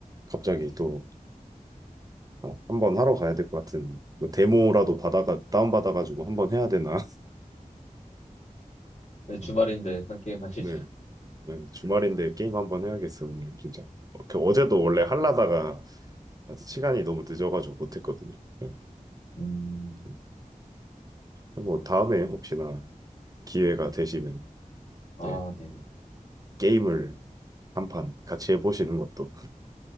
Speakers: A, on the right; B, on the left.
A: 갑자기 또 어, 한번 하러 가야 될 것 같은 뭐 데모라도 받아가 다운 받아가지고 한번 해야 되나.
B: 네, 주말인데
A: <laughs>
B: 한 게임 하시죠.
A: 네. 네, 주말인데 게임 한번 해야겠어, 오늘 진짜. 어, 그 어제도 원래 하려다가 시간이 너무 늦어가지고 못했거든요. 네,
B: 음,
A: 음. 뭐 다음에 혹시나 기회가 되시면
B: 아,
A: 네,
B: 네네.
A: 게임을 한 판 같이 해보시는 것도 <laughs>